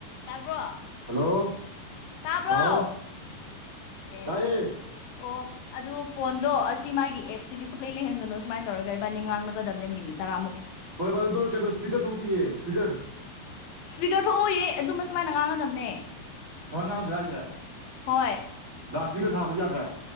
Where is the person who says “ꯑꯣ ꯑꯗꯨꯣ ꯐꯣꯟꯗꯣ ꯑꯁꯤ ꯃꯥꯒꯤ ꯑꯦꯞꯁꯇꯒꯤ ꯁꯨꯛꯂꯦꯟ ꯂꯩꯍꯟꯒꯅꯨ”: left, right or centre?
Left